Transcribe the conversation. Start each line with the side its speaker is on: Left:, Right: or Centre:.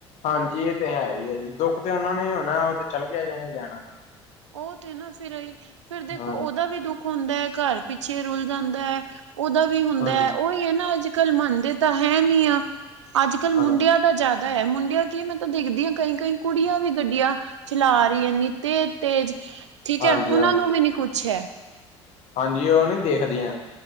Left: ਹਾਂਜੀ ਇਹ ਤੇ ਹੈ -ਹੀ- ਹੈ, ਜੀ ਦੁੱਖ ਤੇ ਓਹਨਾਂ ਨੂੰ ਈ ਹੋਣਾ, ਉਹ ਤੇ ਚੱਲ ਗਿਆ ਜੀਣੇ - ਜਾਣਾ।
Right: ਉਹ ਤੇ ਨਾ ਫੇਰ ਏਹੀ, ਫੇਰ ਦੇਖੋ
Left: ਹਾਂਜੀ
Right: ਉਹਦਾ ਵੀ ਦੁੱਖ ਹੁੰਦਾ ਐ, ਘਰ ਪਿੱਛੇ ਰੁਲ ਜਾਂਦਾ ਐ, ਉਹਦਾ ਵੀ ਹੁੰਦਾ
Left: ਹਾਂਜੀ
Right: ਐ, ਉਹੀ ਹੈ ਨਾ ਅੱਜ -ਕੱਲ੍ਹ ਮੰਨਦੇ ਤਾਂ ਹੈ -ਨੀ -ਆ, ਅੱਜ -ਕੱਲ ਮੁੰਡਿਆਂ
Left: ਹਾਂਜੀ
Right: ਦਾ ਜ਼ਿਆਦਾ ਹੈ, ਮੁੰਡਿਆਂ ਕੀ ਮੈਂ ਤਾਂ ਦੇਖਦੀ ਆ, ਕਈ -ਕਈ ਕੁੜੀਆਂ ਵੀ ਗੱਡੀਆਂ ਚਲਾ ਰਈਆਂ ਨੇ ਤੇ ਤੇਜ, ਠੀਕ
Left: ਹਾਂਜੀ
Right: ਐ, ਉਹਨਾਂ
Left: ਹਾਂਜੀ
Right: ਨੂੰ ਵੀ- ਨੀ ਕੁਛ ਐ,
Left: ਹਾਂਜੀ, ਉਹ ਨੀ ਦੇਖਦੀਆਂ।